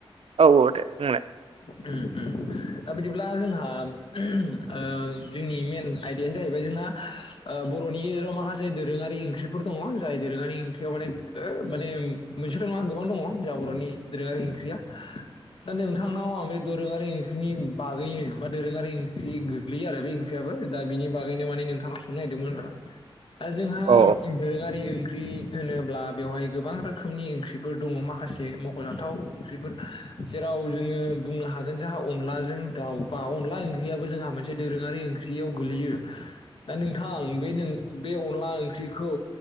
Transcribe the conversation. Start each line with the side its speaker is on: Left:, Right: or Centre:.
Right: औ औ दे बुंनाय
Left: उम उम दा बिदिब्ला जोंहा ओ जोंनि मेन आयदायानो जाहैबाय जोंना ओ बर'नि गेजेराव माखासे दोरोङारि ओंख्रिफोर दङ जाय दोरोङारि ओंख्रियाव माने ओ मोनसेल' नङा गोबां दङ जोंहा बर'नि दोरोङारि ओंख्रिया दा नोंथांनाव आं बे दोरोङारि ओंख्रिनि बागै बा दोरोङारि ओंख्रि गोग्लैयो आरो बे ओंख्रियाबो दा बिनि बागैनो माने नोंथांनाव सोंनो नागिरदोंमोन आरो दा जोंहा
Right: अ
Left: दोरोारि ओंख्रि होनोब्ला बेवहाय गोबां रोखोमनि ओंख्रिफोर दङ' माखासे मख'जाथाव ओंख्रिफोर जेराव जोङो बुंनो हागोन जोंहा अनलाजों दाउ बा अनदला ओंख्रियाबो जोंहा मोनसे दोरोङारि ओंख्रियाव गोलैयो दा नोंथां बे नों बे अनला ओंख्रिखौ